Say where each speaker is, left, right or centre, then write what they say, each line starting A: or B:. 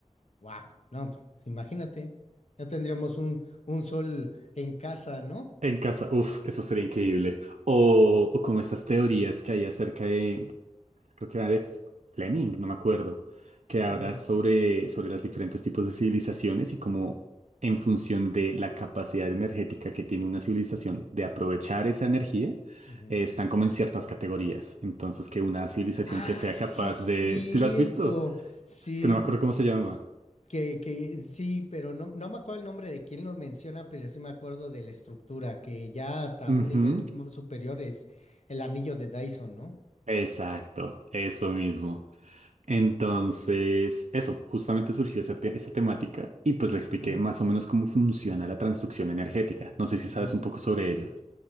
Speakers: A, on the left (about 65°); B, on the right (about 75°).
A: Wow, no, pues, imagínate, ya tendríamos un, un sol en casa, ¿no?
B: En casa, uff, eso sería increíble. O, o como estas teorías que hay acerca de, creo que era de Fleming, no me acuerdo, que habla
A: Ujú,
B: sobre, sobre los diferentes tipos de civilizaciones y cómo en función de la capacidad energética que tiene una civilización de aprovechar esa energía,
A: ujú.
B: eh, están como en ciertas categorías. Entonces, que una civilización
A: Ah,
B: que sea
A: sí,
B: capaz
A: cierto.
B: de... ¿Sí la has visto?
A: Sí,
B: Es que no me acuerdo cómo se llama.
A: Que, que sí, pero no, no me acuerdo el nombre de quién lo menciona, pero sí me acuerdo de la estructura, que ya hasta
B: Ujú,
A: un nivel mu- superior es el anillo de Dyson, ¿no?
B: Exacto, eso mismo. Entonces,
A: Cierto.
B: eso, justamente surgió esta, te- esta temática y pues le expliqué
A: Ujú,
B: más o menos cómo funciona la transducción energética. No sé si
A: ujú.
B: sabes un poco sobre ello.